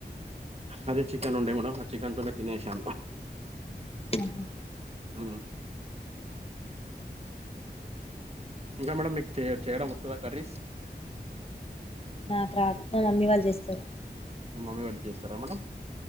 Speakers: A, on the right (about 35°); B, on the left (about 35°).
A: అదే చికెన్ ఉండే మేడమ్ ఆ చికన్ తొనే తినేషానూ
B: ఆహా
A: ఊ ఇంకా మేడమ్ మీకు చేయ చేయడం వస్తదా కర్రీస్
B: నాకు రాదు మా మమ్మీ వాళ్ళు చేస్తారు
A: మీ మమ్మీ వాళ్ళు చేస్తారా మేడం